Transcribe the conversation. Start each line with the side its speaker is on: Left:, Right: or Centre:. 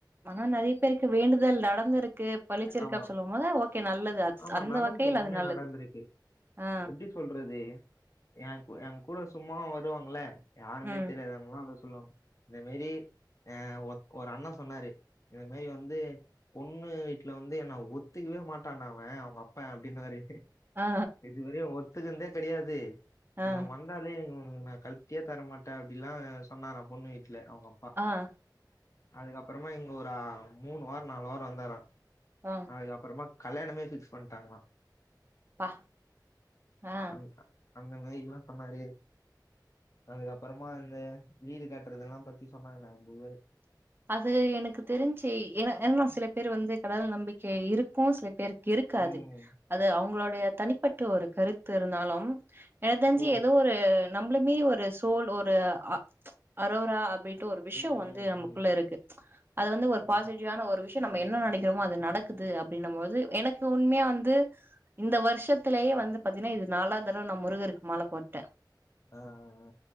Right: ஆனா நெறைய பேருக்கு வேண்டுதல் நடந்திருக்கு பழிச்சிருக்கு
Left: ஆமா.
Right: அப்டி சொல்லு போது ஓகே நல்லது ராக்ஸ்
Left: ஆமா
Right: அந்த
Left: நடந்திருக்கு.
Right: வகையில
Left: உண்மையா
Right: அது நல்லது
Left: நடந்திருக்கு.
Right: ஆ
Left: எப்படி சொல்றது ஏங் ஏங்கூட சும்மா வருவாங்கள யாருன்னே
Right: ம்
Left: தெரியாது எங்ளான்ட சொல்லுவாங்க இந்த மேரி ஆ ஒ ஒரு அண்ண சொன்னாரு இந்த மாரி வந்து பொண்ணு வீட்ல வந்து என்ன ஒத்துக்கவே மாட் விட்டானா அவ அவுங்க அப்ப அப்டின்னுவாரு
Right: ஆ
Left: இதுவரியு ஒத்துக்குனதே கெடையாது
Right: ஆ ஆ
Left: இவ வந்தாலே இவனுக்கு நா கலத்தியே தரமாட்டே அப்டில்லா சொன்னாரா பொண்ணு வீட்ல அவுங்க
Right: ஆஆ
Left: அதுக்கப்புறமா இங்க ஒரு ஆ மூணு வார நாலு வார வந்தாரா
Right: ஆ
Left: அதுக்கப்புறமா கல்யாணமே ஃபிக்ஸ் பண்ணிட்டாங்களா
Right: பா ஆ
Left: ஆம் அந்த மேரில்லா சொன்னாரு அதுக்கப்புறமா இந்த வீடு கட்டுறது எல்லா பத்தி சொன்னாங்க ரொம்ப பேரு
Right: அது எனக்கு தெரிஞ்சு ஏன்னா இன்னு சில பேர் வந்து கடவுள் நம்பிக்கை இருக்கு சில எனக் இருக்காது
Left: ம்
Right: அது அவுங்ளுடைய தனிப்பட்ட ஒரு கருத்து இருந்தாலு எனக்
Left: இப்போ
Right: தெரிஞ்சி ஏதோ ஒரு நம்மள மீறி ஒரு சோல் ஒரு அ அரோரா அப்டின்னு டோ ஒரு விஷ்யோ
Left: ம்
Right: வந்து
Left: ம்
Right: நமக்குள்ள
Left: ம்
Right: இருக்கு அது வந்து ஒரு
Left: ம்
Right: பாசிட் ரிவான ஒரு விஷய நம்ம என்ன நெனைக்கிறோமோ அது நடக்குது அப்டின்னு போது எனக்கு உண்மையா வந்து இந்த வர்ஷத்திலேயே வந்து பாத்தீனா இது நாலா தடவ நா முருகருக்கு மால போட்ட
Left: ஆ ஆ